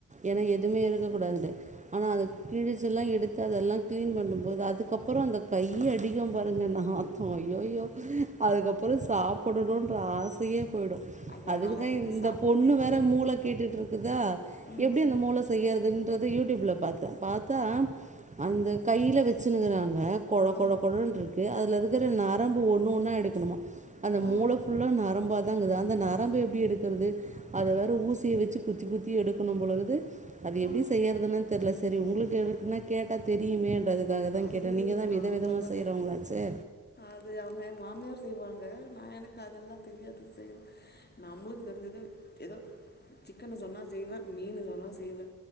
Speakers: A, on the right (about 20°); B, on the left (about 30°).
A: ஏன்னா எதுமே இருக்க கூடாது ஆனா அது கிழிசெல்லா எடுத்து அதெல்லா க்ளீன் பண்ணும்போது அதுக்கப்பறோ அந்த கைய அடிக்கு பாருங்க நாத்தோ ஐயோயோ அதுக்கப்பறோ சாப்புடணும்ன்ற ஆசையே போயிடு
B: ஐயோ
A: அதுக்குதா
B: நாலா இது வரைக்கு
A: இந்த
B: சாப்ட்டதே
A: பொண்ணு
B: இல்ல
A: வேற மூள கேட்டுட்டு இருக்குதா
B: ம்
A: எப்டி அந்த மூள செய்யறதுன்றத யூடியூப்ல பாத்தே பாத்தா அந்த கையில வச்சுனுக்குறாங்க கொழ கொழ
B: ஆ
A: கொழன்னு இருக்கு அதுல இருக்கிற நரம்பு ஒண்ணு ஒன்னா எடுக்கணும்மா அந்த
B: ஆ
A: மூள ஃபுல்லா நரம்பாத தங்குது அந்த நரம்பு எப்டி எடுக்குறது அத வேற ஊசிய வச்சு குத்தி குத்தி எடுக்கணு போல இருக்குது அது எப்டி
B: ஆ
A: செய்யறதுன்னு தெர்ல செரி உங்களுக்கு எதுக்குமே கேட்டா தெரியுமேன்றது அதுக்காக தா
B: ஐயையோ
A: கேட்டே நீங்க தா
B: நான்
A: வித விதமா
B: தொட்டது
A: செய்றவங்களாச்சே
B: அது அவங்க எ மாமியார் செய்வாங்க நா எனக்கு அதெல்லா தெரியாது செய்யறது நம்மளுக்கு தெரிஞ்சது ஏதோ சிக்கன்னு சொன்னா செய்வே மீன் சொன்னா செய்வே